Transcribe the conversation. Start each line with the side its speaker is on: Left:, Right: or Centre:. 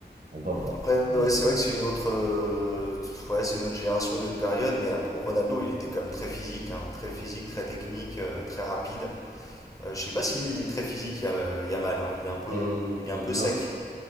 Right: On va voir
Left: Après,
Right: dans les
Left: ouais, c'est
Right: années à
Left: vrai
Right: venir.
Left: que c'est une autre, euh, ouais, c'est une autre génération, une autre période, mais ap- Ronaldo, il était quand même très physique, hein, très physique, très technique, euh, très rapide. Euh, je sais pas si lui, il est très physique, il y a mal, il est un peu,
Right: Euh,
Left: il est un
Right: euh,
Left: peu
Right: non,
Left: sec.